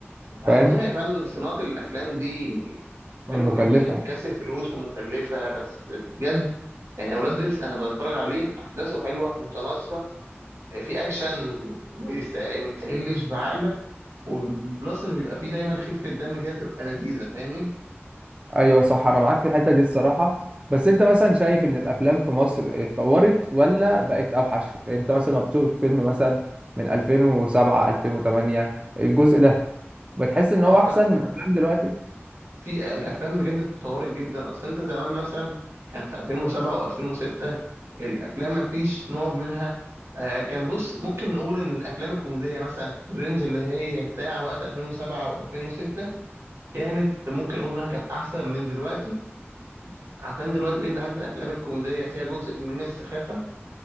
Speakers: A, on the right; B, on the right.
A: على
B: فاهم
A: العموم هي فعلا صناعة الأفلام دي
B: مكلفة
A: حلوة جدا يعني بتكسب فلوس ومكلفة بس بجد يعني أولاد رزق أنا بتفرج عليه أحداثه حلوة متناسقة في اكشن ما يست- ما يستقلش بعقلك وبلس ان بيبقى فيه دايما خفه دم كده تبقى لذيذه فاهمني
B: ايوه صح انا معاك في الحته دي الصراحه بس انت مثلا شايف ان الافلام في مصر اتطورت ولا بقت اوحش يعني انت مثلا لما بتشوف فيلم مثلا من 2007 2008 الجزء ده بتحس ان
A: اه
B: هو احسن
A: لا
B: من افلام دلوقتي
A: في الافلام بجد اتطورت جدا اصل انت زمان مثلا كان في 2007 و2006 الافلام ما فيش نوع منها آه كان بص ممكن نقول ان الافلام الكوميديه مثلا في الرينج اللي هي بتاع وقت 2007 و2006 كانت ممكن نقول انها كانت احسن من دلوقتي عشان دلوقتي بقيت بحس الافلام الكوميديه فيها جزء من السخافه